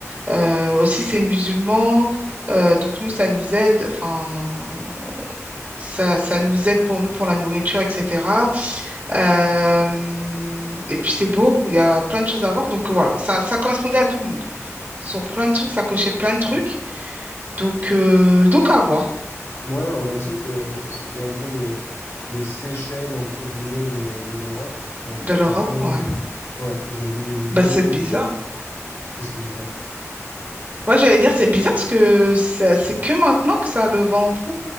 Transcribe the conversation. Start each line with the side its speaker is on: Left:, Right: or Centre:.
Right: euh, aussi, c'est musulman. Euh, donc nous, ça nous aide, enfin, ça, ça nous aide pour nous, pour la nourriture, etc. Euh, et puis c'est beau, il y a plein de choses à voir. Donc euh, voilà, ça, ça correspondait à tout le monde. Sur plein de trucs, ça cochait plein de trucs. Donc, euh, donc à voir.
Left: Ouais, on m'a dit que c'était un peu les, les Seychelles, entre guillemets, de, de l'Europe. Donc,
Right: De l'Europe,
Left: franchement,
Right: ouais.
Left: ouais, j'ai vu des vidéos
Right: Bah, c'est
Left: où...
Right: bizarre.
Left: Qu'est-ce qui est bizarre?
Right: Ouais, j'allais dire, c'est bizarre parce que ça- c'est que maintenant que ça a le vent en poupe.